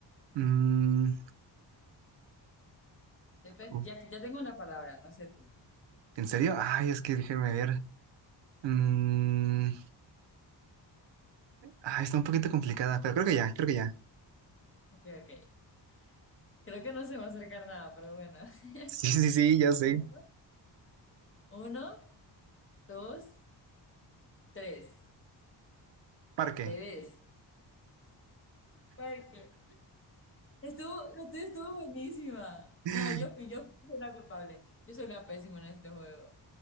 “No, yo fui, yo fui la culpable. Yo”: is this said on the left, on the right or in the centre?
Left